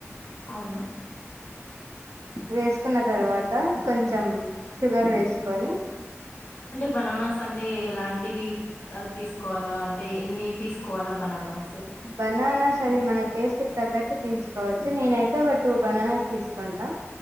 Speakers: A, on the left; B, on the right.
A: అవునా
B: వేసుకున్న తర్వాత కొంచెం షుగర్ వేసుకొని
A: అంటే బనానాస్ అంటే ఎలాంటివి ఆ తీసుకోవాలా అంటే ఎన్ని తీసుకోవాలా బనానాస్
B: బననా సది మన టేస్ట్ క తగ్గట్టు తీసుకోవచ్చు నేనైతే ఒక టు బనానాస్ తీసుకుంటా